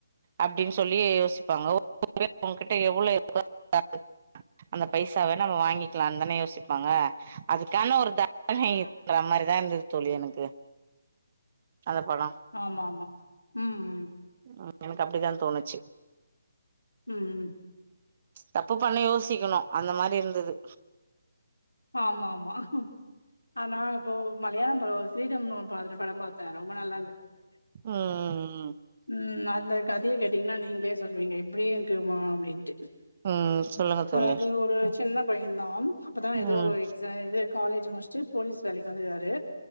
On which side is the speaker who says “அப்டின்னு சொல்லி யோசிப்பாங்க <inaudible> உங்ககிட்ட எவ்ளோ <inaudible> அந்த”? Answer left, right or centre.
Right